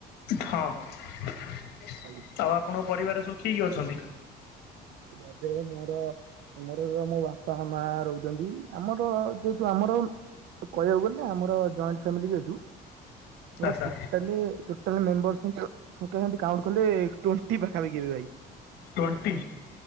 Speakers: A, on the left; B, on the right.
A: ହଁ- ହଁ
B: ଆଜ୍ଞା।
A: ଆଉ ଆପଣଙ୍କ ପରିବାର ସବୁ କିଏ କିଏ ଅଛନ୍ତି?
B: <unintelligible> ମୋର ଆମର ମୋ ବାପା, ମା ରହୁଛନ୍ତି। ଆମର ଯେହେତୁ ଆମର ତ କହିବାକୁ ଗଲେ ଆମର ଜଏଣ୍ଟ ଫ୍ୟାମିଲି ଯେହେତୁ ମୋର
A: ଆଚ୍ଛା
B: ଟୋଟାଲି ଟୋଟାଲ ମେମ୍ୱରସିପ୍ <unintelligible> କାଉଣ୍ଟ କଲେ ଟ୍ବେଣ୍ଟି ପାଖାପାଖି ହେବେ ଭାଇ।
A: ଟ୍ୱଣ୍ଟି।